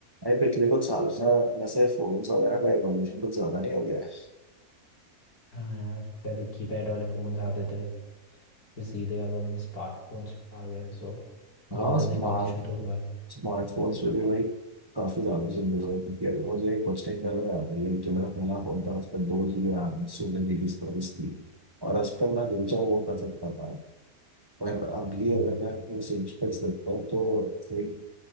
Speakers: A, on the right (about 20°); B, on the left (about 80°).
A: भाई पिछले कुछ सालों से वैसे फोन्स वगैरह का एवोल्यूशन कुछ ज्यादा नहीं हो गया है
B: हाँ यार पहले कीपैड वाले फोन्स आते थे फिर सीधे अब हम स्मार्टफोन्स पे आ गए हैं सो बहुत
A: हाँ
B: ज़्यादा
A: स्मार्ट
B: इवोल्यूशन तो हुआ है
A: स्मार्टफोन्स पे भी भाई काफी ज्यादा चेंजेस हुए हैं, क्योंकि अभी मुझे कुछ टाइम पहले याद है ये जो मेरा पहला फोन था उस पर दो जी बी रैम सोलह जी बी स्टोरेज थी और उस पर मैं जो चाहूँ वो कर सकता था पर अभी
B: हम्म
A: अगर मैं अपने सेम स्पेस देखता हूँ तो एक